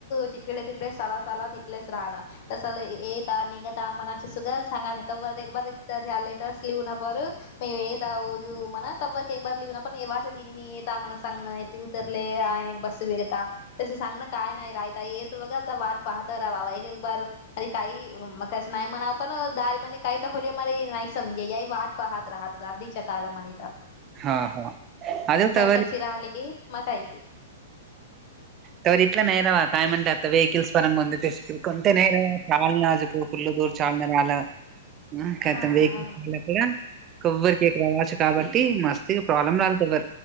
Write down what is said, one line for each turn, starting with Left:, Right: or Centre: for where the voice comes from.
Left: तिकडे तिकडे सला सला तिथलेच राहणं तसल येत निघत मनाचे सुद्धा सांगा ब इ लेटर्स लिहून ना पर म एकदावजु मना कव्र के बरलीव पण एव्हाच्या दिनी मी येत मला सांगण येथे उतरले आहे बसू वेगता तस सांगण काय नाही काता येत बघ आता वाट पाहत रावावा एक एक बार अरे काही मग कसं नाही म्हणाव पण दारी म काही तर होली म नाही समजे या वा पाहात राहतात अदीच्या कालम म्ह आणिता
Right: हा हा अज त
Left: कशी राहली की मकायकी
Right: तववर इला ला नैरवा काय म्हंार आता वहिककल्स परंगते ते कोते नैरवा चचाल नाजक फुल दूर चालणार आलं ह कायत
Left: हा
Right: वककड
Left: हा
Right: कोबरीकक रावाच काबट मस्त प्रॉब्लेम राहिलतर